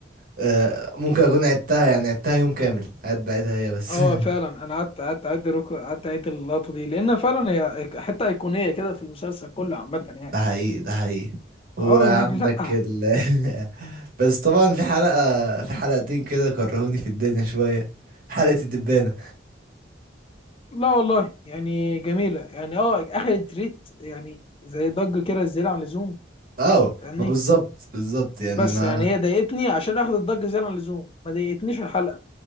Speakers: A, on the right (about 50°); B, on the left (about 30°).
A: آه ممكن اكون عدتها يعني عدتها يوم كامل قاعد بعيدها هي بس
B: اه فعلا
A: <laughs>
B: انا قعدت قعدت اعيد الركو- قعدت اعيد اللقطه دي لان فعلا هي حته ايقونيه كده في المسلسل كله عامه يعني
A: ده حقيقي ده حقيقي وعندك
B: اه يعني لا
A: ال <laughs> بس طبعا في حلقة في حلقتين كده كرهوني في الدنيا شوية حلقة الدبانة
B: لا والله يعني جميله يعني اه اخدت ريت يعني زي ضجه كده زياده عن اللزوم
A: اه
B: فاهمني
A: ما بالظبط بالظبط يعني
B: بس
A: انا
B: يعني هي ضايقتني عشان اخد الضجه زياده عن اللزوم ما ضايقتنيش الحلقه